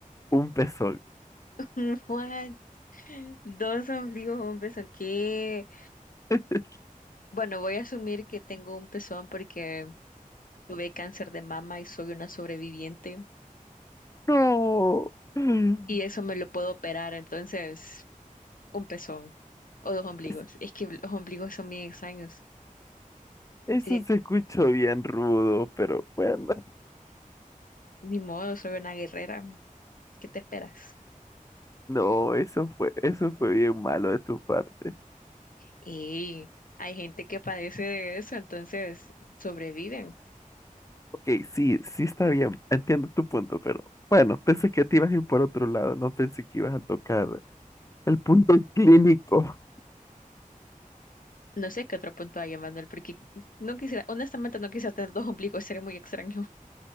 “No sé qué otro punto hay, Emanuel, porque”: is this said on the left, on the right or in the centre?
Left